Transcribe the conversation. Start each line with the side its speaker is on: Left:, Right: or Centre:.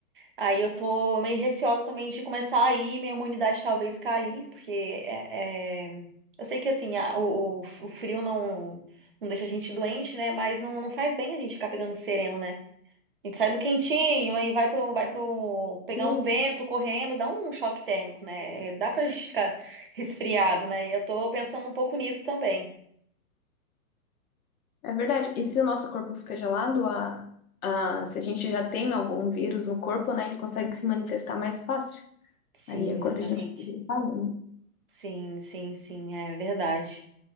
Right: Aí eu tô meio receosa também de começar a ir, minha imunidade talvez cair, porque é, é- eu sei que assim, a- o, o- o frio não, não deixa a gente doente, né? Mas não, não faz bem a gente ficar pegando sereno, né? A gente sai do quentinho, aí vai pro, vai pro
Left: Sim,
Right: pegar um vento correndo, dá um choque térmico, né? Dá pra gente ficar <laughs> resfriado, né? Eu tô pensando um pouco nisso também.
Left: é verdade. E se o nosso corpo fica gelado, a, a, se a gente já tem algum vírus no corpo, né, ele consegue se manifestar mais fácil.
Right: Sim,
Left: Aí é quando
Right: exatamente.
Left: a gente fica gripado, né?
Right: Sim, sim, sim, é verdade.